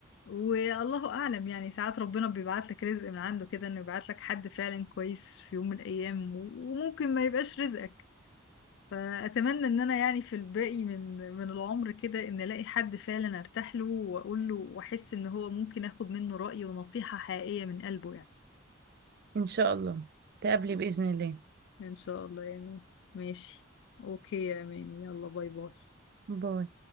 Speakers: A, on the left; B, on the right.
A: والله اعلم يعني ساعات ربنا بيبعت لك رزق من عنده كده انه يبعت لك حد فعلا كويس في يوم من الايام و- وممكن ما يبقاش رزقك فاتمنى ان انا يعني في الباقي من من العمر كده ان الاقي حد فعلا ارتاح له واقول له واحس ان هو ممكن اخد منه رأي ونصيحة حقيقية من قلبه يعني
B: ان شاء الله تقابلي باذن الله
A: ان شاء الله يعني ماشي اوكي يا اماني يلا باي باي
B: باي